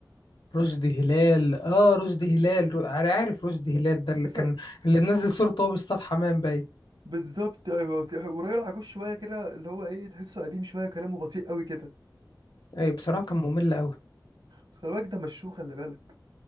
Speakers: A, on the left; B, on the right.
A: رشدي هلال اه رشدي هلال رو- أنا عارف رشدي هلال ده اللي
B: يس
A: كان اللي منزل صورته وهو بيصطاد حمام باين
B: بالظبط ايوه وراجل عجوز شويه كده اللي هو ايه تحسه قديم شويه وكلامه بطيء قوي كده
A: ايوه بصراحة كان ممل أوي
B: بس خلي بالك ده مشوه خلي بالك